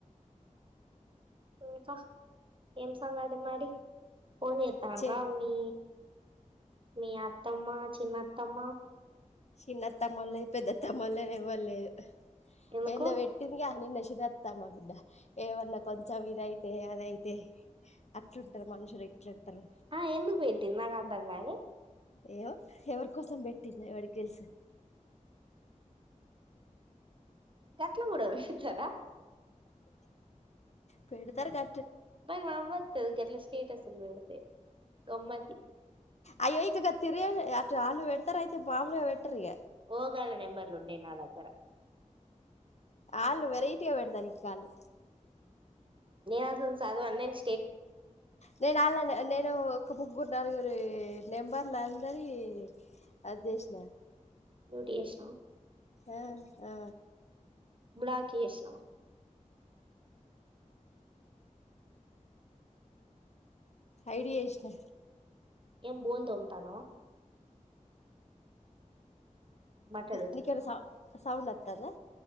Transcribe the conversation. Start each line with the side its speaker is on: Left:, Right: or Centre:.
Right: ఇంకా ఏం సంగది మరి ఫోన్ ఎతా అండ
Left: చెప్
Right: రా మీ మీ అత్తమ్మ చిన్నత్తమ్మ
Left: చిన్న తమ్మల్ పెద్ద తమ్మల్ ఎవ్వరు లేదు
Right: ఎందుకు
Left: ఎందో పెట్టిందిగా నినా చిరతమా బిడ్డ ఏమన్నా కొంచెం ఇదయితే, అదైతే అట్లుంటారు మనుషులు ఇట్లుంటారు.
Right: ఆ ఎందుకు పెట్టింది నాకు అర్థం కాలే.
Left: ఏమో ఎవరికోసం పెట్టింది ఎవడికి తెలుసు.
Right: గట్లా కూడా పెడతారా
Left: పెడుతారు గా
Right: బా నవ్వత్ గట్లా స్టేటస్ సాలు లోడుతే కమ్మాకి
Left: అయ్యో ఇకగ తిరియ అట్ ఆలు వెడతార అయితే మామములుగా వెట్టరిగ.
Right: ఓ గల నెంబర్లు ఉండే నా దగ్గర
Left: ఆళ్ళు వెరైటీగా పెడతారు ఇంకాళ్ళు
Right: నేను అసలు చదవన్ నెన్
Left: నేను ఆర్లేదు నేను ఒక ముగ్గురు నలుగురు నెంబర్ల అందరి అది చేసిన
Right: మ్యూట్ చేసినవా
Left: ఆ ఆ
Right: బ్లాక్ ఎష్నావ
Left: ఐడియా ఎష్న
Right: ఏం బోల్ తోముతన్నావా. బట్టలు ఉతుకుతున్నవా
Left: నీకె ఏమన సౌ సౌండ్ వతందా